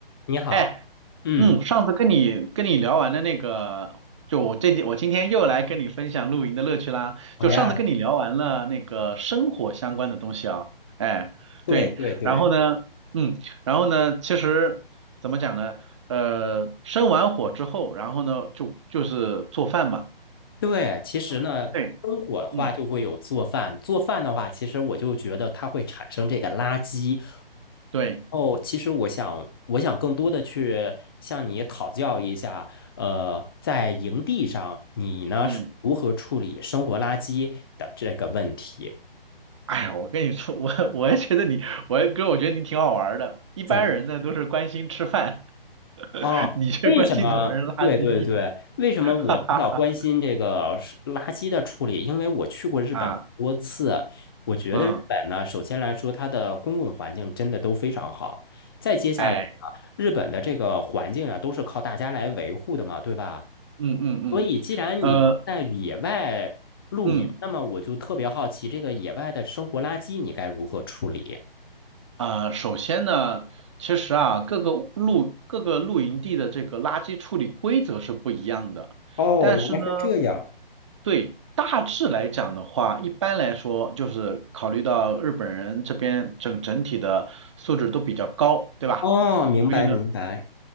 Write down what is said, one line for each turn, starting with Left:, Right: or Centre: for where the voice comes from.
Left: 你好，
Right: 哎，
Left: 嗯，
Right: 嗯，上次跟你跟你聊完了那个，就我这我今天又来跟你分享露营的乐趣啦。
Left: 好呀，
Right: 就上次跟你聊完了那个生活相关的东西啊，哎，
Left: 对对对
Right: 对，然后呢，嗯，然后呢，其实怎么讲呢？呃，生完火之后，然后呢，就就是做饭嘛。
Left: 对，其实呢，
Right: 因为对，
Left: 生火的话就会有做饭，
Right: 嗯，
Left: 做饭的话，其实我就觉得它会产生这个垃圾。
Right: 对，
Left: 哦，其实我想，我想更多的去向你讨教一下，呃，在营地上你呢是如何处理生活垃圾的这个问题？
Right: 嗯，哎呀，我跟你说，我我也觉得你，我也哥，我觉得你挺好玩儿的。一般人呢都是关心吃饭。
Left: 怎么？
Right: <laughs>
Left: 哦，
Right: 你这关心怎么扔垃圾？
Left: 为什么？对对对，为什么我比较关心这个是垃圾的处理？
Right: <laughs> 哈哈
Left: 因为我去过日本很多次，
Right: 啊，
Left: 我觉得日本呢，
Right: 嗯，
Left: 首先来说，它的公共环境真的都非常好。再接下来啊，
Right: 哎，
Left: 日本的这个环境啊，都是靠大家来维护的嘛，对吧？
Right: 嗯嗯嗯，
Left: 所以，既然你在野外露营，
Right: 呃，嗯
Left: 那么我就特别好奇，这个野外的生活垃圾你该如何处理？
Right: 呃，首先呢，其实啊，各个露各个露营地的这个垃圾处理规则是不一样的，
Left: 哦，
Right: 但是呢，
Left: 原来是这样。
Right: 对，大致来讲的话，一般来说就是考虑到日本人这边整整体的素质都比较高，对吧？
Left: 哦，明白明白。
Right: 所以呢，